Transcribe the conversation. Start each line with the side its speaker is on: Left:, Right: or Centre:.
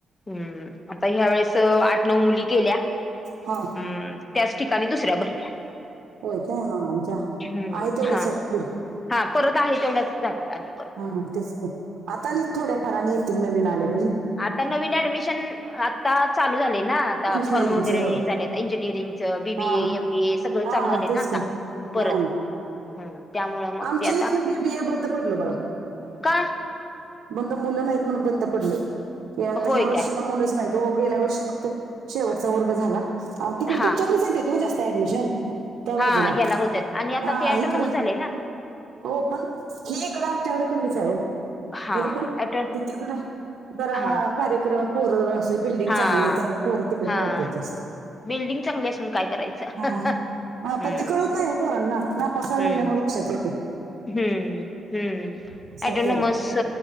Left: हम्म आता ह्या वेळेस आठ नऊ मुली केल्या
Right: ह
Left: ह त्याच ठिकाणी दुसऱ्या भरल्या
Right: होय काय आमझ आहे
Left: हम्म
Right: तेवढ्या
Left: हा
Right: सा आहे पुरी
Left: हा परत आहे तेवढ्याच झाल्यात आधी
Right: हा तेच आता न थोड्या फारने येतील नवीन आल्या
Left: आता नवीन ऍडमिशन आता चालू झालेय ना आता
Right: इंजिनिअरिंगचं
Left: फॉर्म वगैरे
Right: होय
Left: झालेत इंजिनिअरिंग बीबीए
Right: हा
Left: एम बीए सगळं
Right: हा
Left: चालू झाले
Right: तेच
Left: ना आता परत
Right: हा
Left: हम्म त्यामुळं मग
Right: आमचे
Left: ते आता
Right: इथ मी बी ए बंद पडल बघा
Left: का
Right: बंद मुलं नाहीत म्हणून बंद पडलं क आता
Left: होय
Right: ह्या वर्षीला
Left: काय
Right: मुलंच नाहीत तो गेल्या वर्षी फक्त शेवटचा वर्ग झाला तिकडे
Left: हा
Right: तुमच्यावरच येते तो जास्त ऍडमिशन त्या बाजूला
Left: हा ह्याला होत्या आणि आता
Right: हा
Left: ते अटन
Right: इकडे
Left: झालेय ना
Right: हो पण हे इकडं आमच्याकडे कमीच आहे
Left: हा
Right: तरी पण
Left: ऑटो
Right: तीकड जरा
Left: हा
Right: कार्यक्रम कोरं असे बिल्डिंगली
Left: हा
Right: त्या परं तिकडे
Left: हा
Right: पळत जास्त
Left: बिल्डिंग चांगली असून काय करायचं
Right: हा हा
Left: हम्म
Right: पन ते कळत नाही ओ पोरा ना ना पसायला
Left: हम्म
Right: लागलं मग लक्षात येत
Left: हम्म हम्म
Right: ते साय
Left: ऍटोनॉमस
Right: पोरं